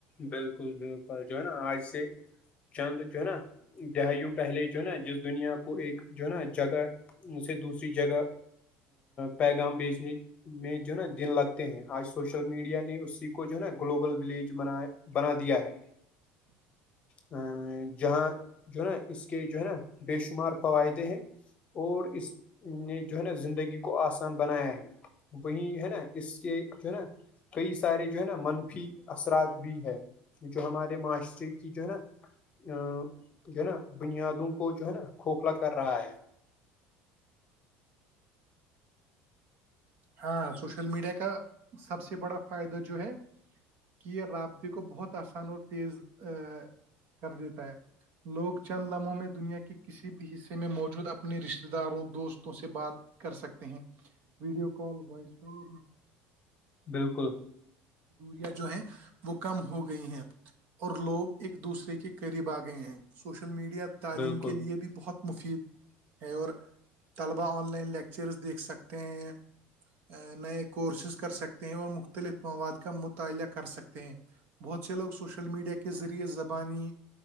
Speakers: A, on the left; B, on the right.
A: بالکل بالکل جو ہے نا آج سے چند جو ہے نا دہ وم پہلے جو ہے نا جس دنیا کو ایک جو ہے نا جگہ سے دوسری جگہ پیغام بیچنک میں جو ہے نا دن لگتے ہیں آج سوشل میڈیا نے اسی کو جو ہے نا گلوبل ولیج بنایا بنا دیا ہے ا جہاں جو ہے نا اس کے جو ہے نا بے شمار فوائدے ہیں اور اس نے جو ہے نا زندگی کو آسان بنایا ہے وہیں ہے نا اس سے جو ہے نا کئی سارے جو ہے نا منفی اثرات بھی ہے جو ہمارے معاشرے کی جو ہے نا ا جو ہے نا بنیادوں کو جو ہے نا کھوکھلا کر رہا ہے
B: ہاں سوشل میڈیا کا سب سے بڑا فائدہ جو ہے کہ یہ رابطے کو بہت آسان اور تیز ا کر دیتا ہے لوگ چند لمحوں میں دنیا کے کسی بھی حصے میں موجود اپنے رشتتے داروں دوستوں سے بات کر سکتے ہیں ویڈیو کال وائس کال اور می
A: بالکل
B: دوریا جو ہے وہ کم ہو گئی ہیں اور لوگ ایک دوسرے کے قریب آ گئے ہیں سوشل میڈیا تعلیم
A: بالکل
B: کے لیے بھی بہت مفید ہے اور طلبا آن لائن لیکچرز دیکھ سکتے ہیں نئے کورسز کر سکتے ہیں اور مختلف مواد کا مطالعہ کر سکتے ہیں بہت سے لوگ سوشل میڈیا کے ذریعے زبانی